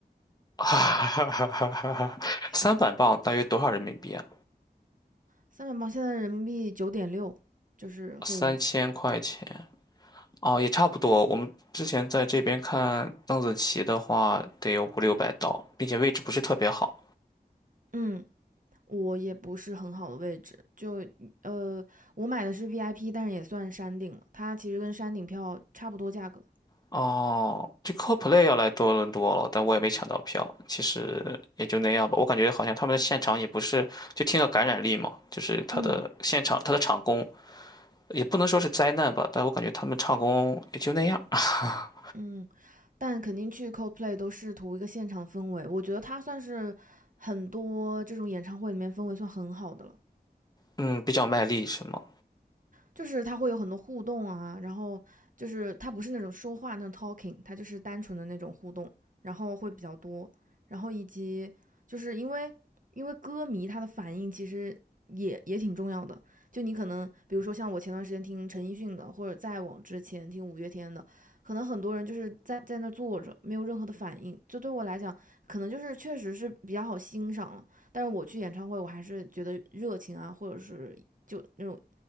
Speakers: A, on the left; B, on the right.
A: <laughs> 哈哈哈哈哈哈！
B: 是
A: 三百磅大约多少人民币啊？
B: 三百磅，现在人民币九点六，就是汇率。
A: 三千块钱哦，也差不多。我们之前在这边看邓紫棋的话，得有五六百刀，并且位置不是特别好。
B: 嗯，我也不是很好的位置，就呃，我买的是 VIP，但是也算山顶了，它其实跟山顶票差不多价格。
A: 哦，这 c o l p l a y 要来多伦多了，但我也没抢到票。其实也就那样吧，我感觉好像他们的现场也不是，就听了感染力嘛，就是他的现场，
B: 嗯
A: 他的场工也不能说是灾难吧，但我感觉他们唱功也就那样。<laughs>
B: 嗯，但肯定去 Coldplay 都是图一个现场氛围，我觉得它算是很多这种演唱会里面氛围算很好的了。
A: 嗯，比较卖力是吗？
B: 就是他会有很多互动啊，然后就是他不是那种说话那种 talking，他就是单纯的那种互动，然后会比较多，然后以及就是因为因为歌迷他的反应其实也也挺重要的，就你可能比如说像我前段时间听陈奕迅的，或者再往之前听五月天的，可能很多人就是在在那坐着没有任何的反应，这对我来讲可能就是确实是比较好欣赏了，但是我去演唱会我还是觉得热情啊，或者是。就那种